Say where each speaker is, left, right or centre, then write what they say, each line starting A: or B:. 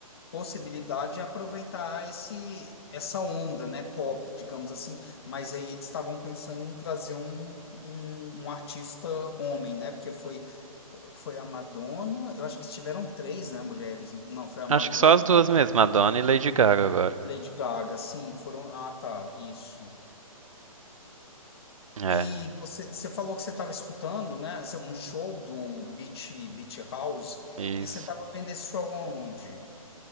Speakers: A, on the left (about 40°); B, on the right (about 60°).
A: possibilidade é aproveitar esse, essa onda, né, pop, digamos assim. Mas aí eles estavam pensando em trazer um, um, um artista homem, né? Porque foi, foi a Madonna, eu acho que tiveram três, né, mulheres. Não, foi a Madonna,
B: Acho que só as duas mesmo, Madonna e Lady Gaga agora.
A: Lady Gaga, sim, foram. Ah, tá, isso.
B: É,
A: E você, você falou que você estava escutando, né, um show do Beach, Beach House,
B: isso.
A: e você estava vendo esse show aonde?